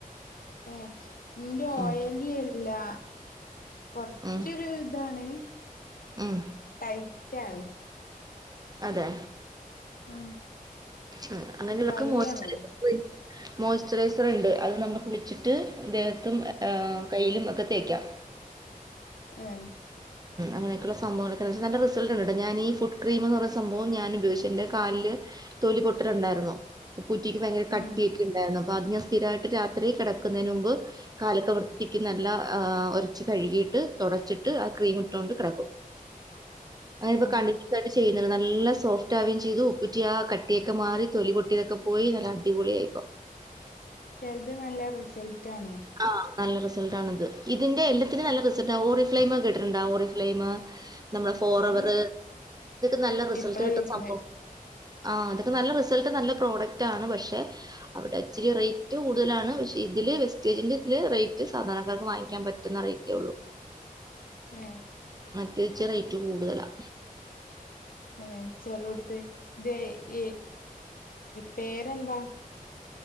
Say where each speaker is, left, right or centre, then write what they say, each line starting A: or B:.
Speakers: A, on the left (about 75°); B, on the right (about 25°).
A: ഏ നിന്റെ
B: ഉം
A: ഓയലി എല്ലാ കൊറച്ചൊരു
B: ഉം
A: ഇതാണ്
B: ഉം
A: ടൈറ്റാണ്
B: അതെ
A: ആ
B: ഉം അങ്ങനെയുള്ളൊക്കെ
A: ട്രൈ
B: മോയ്സ്ചറൈസർ
A: യ്യണോന്ന്
B: മോയ്സ്ചറൈസർ ഉണ്ട് അത് നമ്മ കുളിച്ചിട്ട് ദേഹത്തും കയ്യിലും ഒക്കെ തേക്കാം
A: ഹെ
B: അങ്ങനൊക്കെയുള്ളയുള്ള സംഭവങ്ങളൊക്കേണ്ട് നല്ല റിസൽറ്റ്ൻഡ് ഞാൻ ഫുഡ്ക്രീംെന്ന് പറഞ്ഞ സംഭവം ഞാൻ ഉപയോഗിച് ൻ്റെ കാലിൽ തോലി പൊട്ടലുണ്ടായിരുന്നു പൂറ്റിക്ക് ഭയങ്കര കാട്ടിയായിട്ട്
A: ഉം
B: ണ്ടായിരുന്നു ഭാഗ്യം സ്ഥിരാ യിട്ട് രാത്രി കിടക്കുന്നതിന് മുമ്പ് കാലതായ് വൃത്തിക്ക് നല്ലആഒരച്ച് കഴുകിട്ട് തുടച്ചിട്ട് ഇത് ആ ക്രീ ഇട്ടോണ്ട് കിടക്കും അ
A: ഏ
B: കണ്ട കണ്ട ചെയ്യ് ഇന്ന നല്ല സോഫ്റ്റ് ആവുകയും ചെയ്തു ഉപ്പൂറ്റിയ ആ കട്ടിയൊക്കെ മാറി തൊലി പൊട്ടിയ തൊക്കെ പോയി നല്ല അടിപൊളിയായിപ്പോ
A: ചെല്ത് നല്ല റിസൾട്ടആണ്
B: ആഹ നല്ല റിസൽറ്റ്ആണ് ഇതിൻ്റെ എല്ലാത്തിലും നല്ല റിസൾട്ട ആ ഓറി ഫ്ലൈമ കേട്ടിട്ട് ണ്ടോ ഓറി ഫ്ലൈമ നമ്മള ഫോർഎവർ
A: ഏ
B: ഇതൊക്കെ നല്ല റിസൾട്ട്
A: ഇപ്പളാ
B: കിട്ടുന്ന
A: കേക്കണേ
B: സംഭവ ആഹ തൊക്കെ നല്ല റിസൾട്ട് നല്ല പ്രോഡക്റ്റ് ആണ് പക്ഷെ അവിടെ ച്ചിരി റേറ്റ് കൂടുതലാണ് പക്ഷെ ഇതില് - ഇതില് ഇത്തിരി റേറ്റ് സാധാരണക്കാക്ക് വാങ്ങിക്കാൻ പറ്റുന്ന റൈറ്റെ ള്ളൂ
A: ഹേ
B: മറ്റയിച്ചു റേറ്റ് കൂടുതലാണ്
A: ഏ ചെലോടത് തെയ്ഈ പേരെന്താ